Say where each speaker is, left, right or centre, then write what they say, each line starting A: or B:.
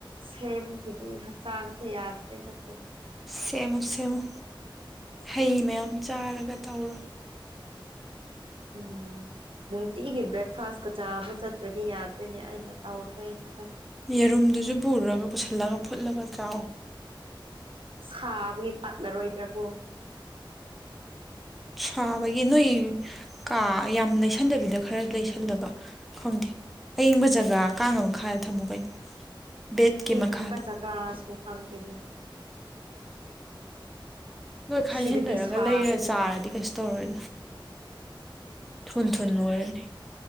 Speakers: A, on the right; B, in the centre.
A: ꯁꯦꯝꯈꯤꯅꯤ ꯍꯛꯆꯥꯡꯁꯦ ꯌꯥꯗ꯭ꯔꯦ ꯅꯠꯇꯗꯤ
B: ꯁꯦꯝꯃꯨ ꯁꯦꯝꯃꯨ ꯍꯩ ꯃꯌꯥꯝ ꯆꯥꯔꯒ ꯇꯧꯔꯣ
A: ꯎꯝ ꯅꯨꯡꯇꯤꯒꯤ ꯕ꯭ꯔꯦꯛꯐꯥꯁꯀ ꯆꯥꯕ ꯆꯠꯇ꯭ꯔꯗꯤ ꯌꯥꯗ꯭ꯔꯦꯅꯦ ꯑꯩꯅ ꯇꯧꯔꯤꯉꯩꯗꯣ
B: ꯌꯦꯔꯨꯝꯗꯨꯁꯨ ꯄꯨꯔꯒ ꯄꯨꯁꯤꯜꯂꯒ ꯐꯨꯠꯂꯒ ꯆꯥꯎ
A: ꯁꯥꯕꯒꯤ ꯄꯠꯂꯔꯣꯏꯗ꯭ꯔꯥ ꯀꯣ
B: ꯁꯥꯕꯒꯤ ꯅꯣꯏ ꯀꯥ ꯌꯥꯝ ꯂꯩꯁꯟꯗꯕꯤꯗ ꯈꯔ ꯂꯩꯁꯜꯂꯒ ꯈꯪꯗꯦ ꯑꯌꯤꯡꯕ ꯖꯒꯥ ꯀꯥꯡ ꯃꯈꯥꯗ ꯊꯝꯃꯨ ꯀꯩꯅꯣ ꯕꯦꯠꯀꯤ ꯃꯈꯥꯗ
A: ꯢꯡꯕ ꯖꯒꯥ ꯁꯨ ꯈꯪꯗꯦꯅꯦ
B: ꯅꯣꯏ ꯈꯥꯏꯖꯤꯟꯅꯔꯒ
A: ꯁꯤꯗꯗꯤ ꯁꯥꯕꯅꯤꯅ
B: ꯂꯩꯔ ꯆꯥꯔꯗꯤ ꯀꯩꯁꯨ ꯇꯧꯔꯣꯏ ꯊꯨꯟ ꯊꯨꯟ ꯂꯣꯏꯔꯅꯤ